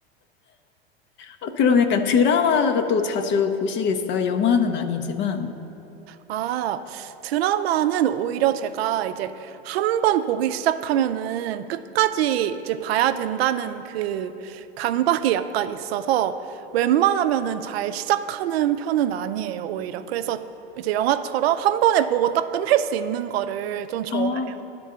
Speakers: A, on the left; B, on the right.
A: 아, 그럼 약간 드라마도 자주 보시겠어요? 영화는 아니지만.
B: 아, 드라마는 오히려 제가 이제 한 번 보기 시작하면은 끝까지 이제 봐야 된다는 그 강박이 약간 있어서 웬만하면은 잘 시작하는 편은 아니에요, 오히려. 그래서 이제 영화처럼 한 번에 보고 딱 끝낼 수 있는 거를 좀 좋아해요.
A: 아,